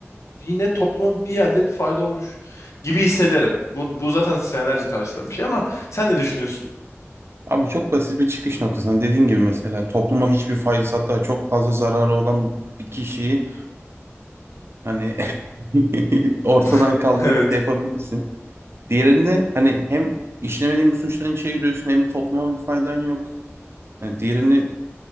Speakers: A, on the left; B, on the right.
A: yine topluma bir yerde bir fayda olmuş gibi hissederim. Bu, bu zaten senelerce tartışılan bir şey ama sen ne düşünüyorsun?
B: Abi çok basit bir çıkış noktası. Hani dediğin gibi mesela topluma hiçbir faydası hatta çok fazla zararı olan bir kişiyi hani <laughs> ortadan
A: <laughs>
B: kaldırıp
A: Evet.
B: şey yapabilirsin. Diğerinde hani hem işlemediğin bir suçtan içe giriyorsun hem bir topluma bir faydan yok. Yani diğerini